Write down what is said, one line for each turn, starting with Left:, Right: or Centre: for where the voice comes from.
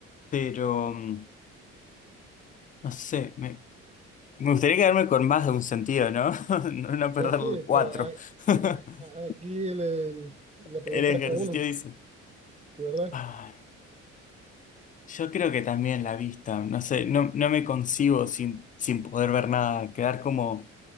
Left: pero mm, no sé, me, me gustaría quedarme con más de un sentido, ¿no? <laughs> No no perder
Right: Pues sí,
Left: el cuatro.
Right: pero a-
Left: <laughs>
Right: a- a- aquí le, le preguntan
Left: El ejercicio
Right: a uno,
Left: dice.
Right: ¿sí, verdad?
Left: Ah, yo creo que también la vista, no sé, no, no me concibo sin, sin poder ver nada, quedar como